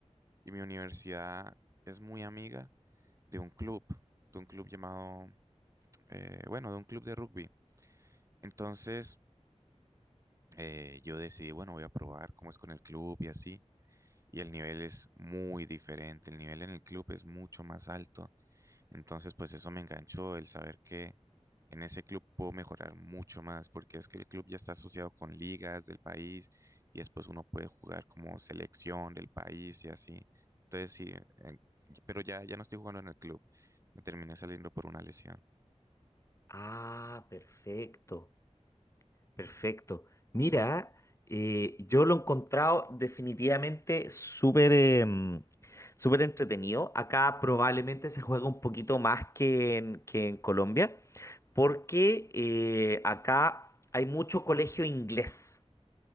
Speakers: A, on the right; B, on the left.
A: y mi universidad es muy amiga de un club, de un club llamado, eh, bueno, de un club de rugby. Entonces, eh, yo decidí, bueno, voy a probar cómo es con el club y así. Y el nivel es muy diferente, el nivel en el club es mucho más alto. Entonces, pues eso me enganchó, el saber que en ese club puedo mejorar mucho más, porque es que el club ya está asociado con ligas del país y después uno puede jugar como selección del país y así. Entonces, sí, eh, pero ya, ya no estoy jugando en el club, me terminé saliendo por una lesión.
B: Ah, perfecto. Perfecto. Mira, eh, yo lo he encontrado definitivamente súper em, súper entretenido. Acá probablemente se juega un poquito más que en, que en Colombia, porque eh, acá hay mucho colegio inglés.